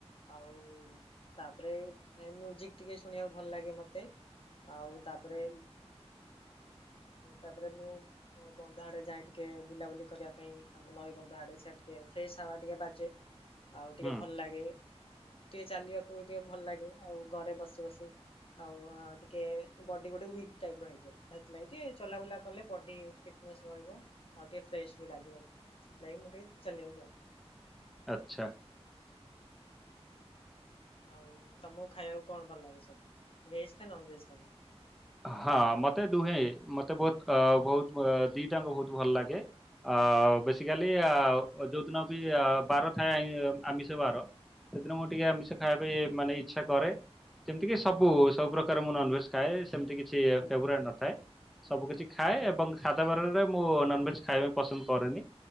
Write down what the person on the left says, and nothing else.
ଆଉ ତାପରେ ଏ ଏଇ ମ୍ୟୁଜିକ ଟିକେ ଶୁଣିବାକୁ ଭଲ ଲାଗେ ମତେ। ଆଉ ତାପରେ, ତାପରେ ମୁଁ ଅ ବନ୍ଧ ଆଡେ ଯାଏଁ ଟିକେ ବୁଲାବୁଲି କରିବା ପାଇଁ ଆମ ନଈ ବନ୍ଧ ଆଡେ ସିଆଡେ ଟିକେ ଫ୍ରେଶ ହାୱା ଟିକେ ବାଜେ। ଆଉ ଟିକେ
ଭଲ ଲାଗେ ଟିକେ ଚାଲିବାକୁ ବି ଟିକେ ଭଲ ଲାଗେ। ଆଉ ଘରେ ବସି ବସି ଆଉ ଅ ଟିକେ ବଡି ଗୋଟେ ୱିକ୍ ଟାଇପିର ହେଇଯିବ। ସେଥିଲାଗି ଟିକେ ଚଲାବୁଲା କଲେ ବଡି ଫିଟନେସ ରହିବ ଆଉ ଟିକେ ଫ୍ରେଶବି ଲାଗିବ ସେଥିଲାଗି ମୁଁ ଟିକେ ଚାଲିବାକୁ ଯାଏ।
ହ ଆଉ ତମକୁ ଖାଇବାକୁ କଣ ଭଲ ଲାଗେ ସବୁ ଭେଜ ନା ନନଭେଜ ତମକୁ?
ହୁଁ
ହୁଁ